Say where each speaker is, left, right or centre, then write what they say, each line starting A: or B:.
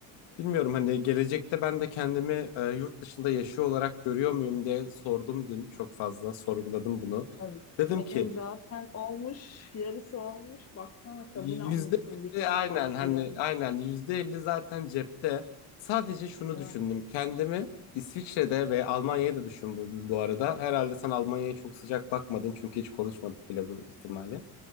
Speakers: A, on the left; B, on the left.
A: Bilmiyorum hani gelecekte ben de kendimi e, yurt dışında yaşıyor olarak görüyor muyum diye sordum dün. Çok fazla sorguladım bunu.
B: Yani
A: Dedim
B: senin
A: ki
B: zaten olmuş, yarısı olmuş. Baksana kabul
A: Yüzde
B: almışsın birkaç
A: elli aynen
B: farklı
A: hani
B: yol.
A: aynen yüzde elli zaten cepte. Sadece şunu
B: Yani
A: düşündüm. Kendimi İsviçre'de ve Almanya'da düşün bu, bu arada. Herhalde sen Almanya'ya çok sıcak bakmadın çünkü hiç konuşmadık bile bu ihtimali.